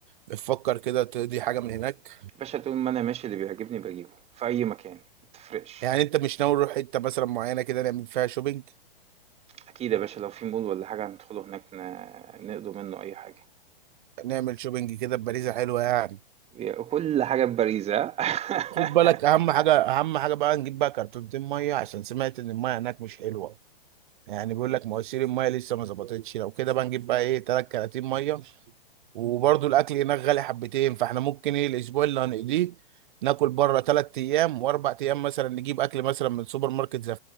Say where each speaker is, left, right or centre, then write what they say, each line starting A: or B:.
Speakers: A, on the right; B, on the right.
A: بتفكر كده تقضي حاجة من هناك
B: باشا طول ما انا ماشي اللي بيعجبني بجيبه في اي مكان ما تفرقش
A: يعني انت مش ناوي نروح حتة مثلا معينة كده نعمل فيها شوبينج
B: اكيد يا باشا لو في مول ولا حاجة هندخله هناك ن- نقضوا منه اي حاجة
A: نعمل شوبينج كده بباريزة حلوة يعني
B: يا- كل حاجة ببريزة <laughs>
A: خد بالك اهم حاجة اهم حاجة بقى نجيب بقى كرتونتين مية عشان سمعت ان المية هناك مش حلوة يعني بيقول لك مواسير المية لسه ما ظبطتش لو كده بقى نجيب بقى ايه تلات كراتين مية وبرضه الاكل هناك غالي حبتين فاحنا ممكن ايه الاسبوع اللي هنقضيه ناكل بره تلات ايام واربع ايام مثلا نجيب اكل مثلا من سوبر ماركت زي